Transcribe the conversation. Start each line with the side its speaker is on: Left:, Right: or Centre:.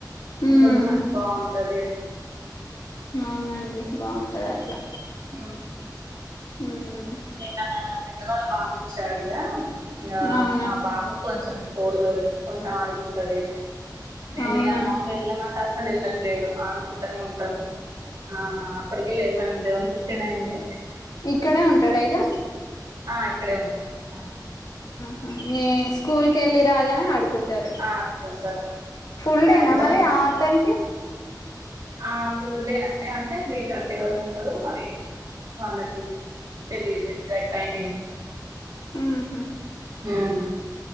Left: ఉమ్
Right: కొంచం బాగుంటది
Left: అవునండి బాగుంటది అట్లా
Right: ఆ
Left: ఉహూ
Right: నేను నాన్న ఫ్రెండ్ వాళ్ళ బాబు వచ్చాడు ఇక ఇక
Left: అవునా
Right: మా బాబు కొంచెం తోడుదొరికి కొంచెం ఆడుకుంటాారు నేను
Left: అవునా
Right: ఇక బాబు వెళ్ళమంట అసను వెళ్ళ లేడు ఆడుకుంటూనే ఉంటాం ఆ అప్పటికే లేవన్ వన్ ఫిఫ్టీన్యింది
Left: ఇక్కడే ఉంటాడుైక
Right: ఆ ఇక్కడే ఉంటాడు అండి ఇగ
Left: మా స్కూల్ కి వెళ్లి రాగానే ఆడుకుంటారు
Right: ఆడుకుంటారు
Left: ఫుల్
Right: మాక్సిమం
Left: డేనా మరి ఆ అతనికి
Right: ఆ ఫుల్ డే అండి అంటే త్రీ థర్టీ వరకు ఉంటదు మరి వాళ్ళకి తెలిదు ఎగ్జాక్ట్ టైమింగ్
Left: ఉహు
Right: ఉమ్